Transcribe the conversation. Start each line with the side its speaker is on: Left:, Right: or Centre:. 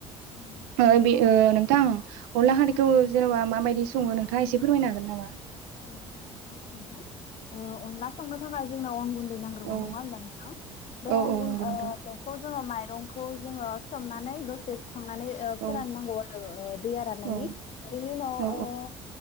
Left: उम।
Right: ओ बे ओ नोंथां अनला खारैखौ जेन'बा माबायदि सङो नोंथाङा एसे फोरमायनो हागोन नामा?
Left: औ नोंथा <unintelligible> ओ अनला सावनो थाखाय जोंनो अन गुन दै नांग्रोगौ
Right: औ
Left: नङा होनबा नोंथां बे
Right: औ
Left: अन
Right: औ
Left: गुन
Right: नंगौ
Left: ओ
Right: नोंथां
Left: बेखौ जोङो माइरंखौ जोङो सोमनानै दसे स खांनानै ओ फोराननांगौ
Right: औ
Left: आरो ओ दैया राननायनि
Right: औ
Left: बेनि उनाव
Right: औ
Left: ओ